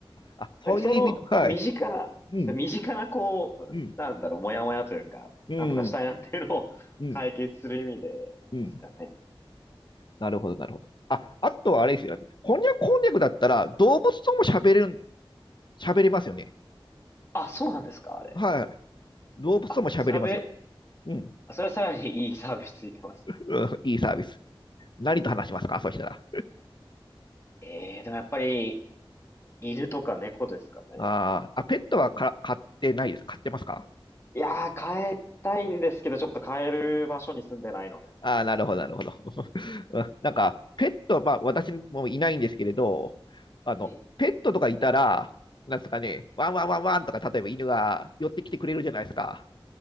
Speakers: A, on the left (about 55°); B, on the left (about 30°).
A: あ、そういう意味の、
B: なんかその身近な、
A: はい。うん、
B: 身近なこう、
A: うん、
B: なんだろう、もやもやというか、
A: うん、
B: なんとかしたいなっていうのを <laughs>
A: うん、
B: 解決する意味で
A: うん。
B: ですかね。
A: なるほど、なるほど。あ、あとはあれですよね。翻訳、翻訳だったら、動物とも喋れる、喋れますよね。
B: あ、そうなんですか、あれ。
A: はい。動物とも喋れますよ。
B: あ、サベ、
A: うん。
B: あそれはさらにいいサービスついてますね。
A: うん、いいサービス。何と話しますかそしたら。
B: ええでもやっぱり犬とか猫ですかね。
A: あーあ、ペットはか飼ってないです。飼ってますか
B: いやー、変えたいんですけど、ちょっと変える場所に住んでないので。
A: ああ、なるほど、なるほど。<laughs> うんなんか、ペット、まあ、私もいないんですけれど、あの、
B: ええ、
A: ペットとかいたら、なんですかね、ワンワンワンワンとか、例えば犬が寄ってきてくれるじゃないですか。